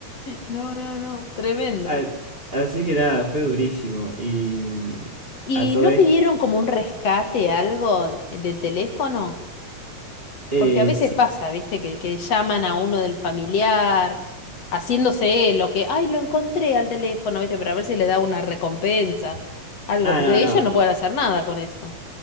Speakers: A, on the left (about 50°); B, on the right (about 20°).
A: No, no, no, tremendo.
B: A- Así que nada, fue durísimo. Y mm,
A: ¿Y
B: a todo
A: no
B: esto,
A: pidieron como un rescate, algo de- del teléfono?
B: eh,
A: Porque a veces
B: sí.
A: pasa, ¿viste? Que, que llaman a uno del familiar, haciéndose lo que, ay, lo encontré al teléfono, ¿viste? Para ver si le da una recompensa, algo,
B: Ah,
A: porque
B: no, no.
A: ellos no pueden hacer nada con eso.